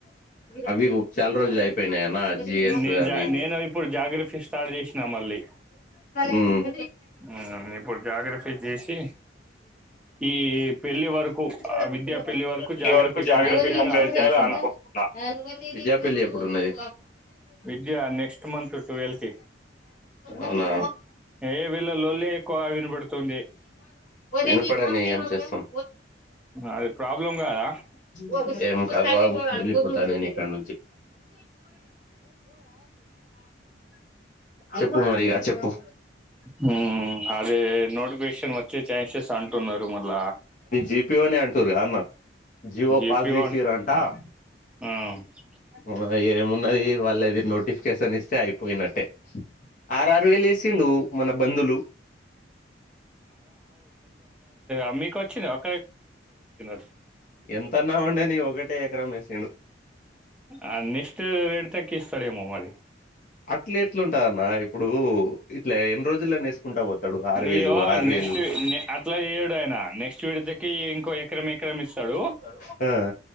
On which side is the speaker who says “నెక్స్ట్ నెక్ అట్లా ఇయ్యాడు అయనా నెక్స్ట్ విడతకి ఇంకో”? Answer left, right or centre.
Centre